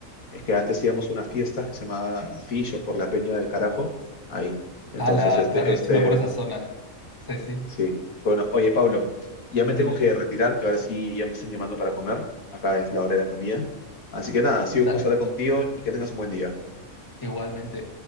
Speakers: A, on the left; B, on the left.
A: es que antes íbamos a unas fiestas que se llamaba Fillo por la Peña del Carajo, ahí. Entonces,
B: Ala,
A: este,
B: claro,
A: este,
B: y sí me acuerdo esa zona. Sí, sí.
A: sí. Bueno, oye, Pablo, ya me
B: Dime.
A: tengo que retirar, que ahora sí ya me están llamando para comer. Acá es la hora de la comida. Así que nada, ha sido
B: Dale.
A: un gusto hablar contigo y que tengas un buen día.
B: Igualmente.